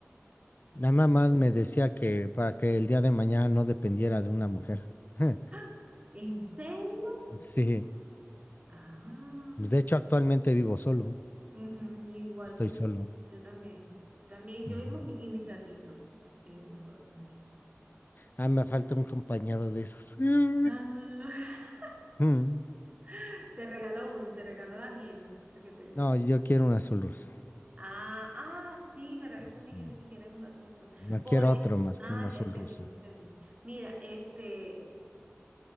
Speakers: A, on the left (about 40°); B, on the right (about 25°).
A: La
B: Sí.
A: mamá me decía que para que el día de mañana no dependiera de una mujer. <laughs>
B: ¡Ah! ¿En serio?
A: Sí.
B: Ah.
A: Pues, de hecho, actualmente vivo solo.
B: Ujú, Igual
A: Estoy
B: que
A: solo.
B: yo. Yo también. Yo también,
A: Ujú.
B: yo y, mis y mis gatitos. Vivimos solos aquí.
A: Ah, me falta un compañero de esos. <laughs>
B: Ah,
A: Mm.
B: <laughs> te regaló uno, te regaló Daniel. para que te...
A: No, yo quiero un azul ruso.
B: Ah, ah, sí, ¿verdad que tú
A: Sí.
B: me dijiste que quieres un gato azul?
A: No quiero
B: Por eso,
A: otro más
B: ah,
A: que un azul
B: ya entendí,
A: ruso.
B: ya entendí. Mira, este,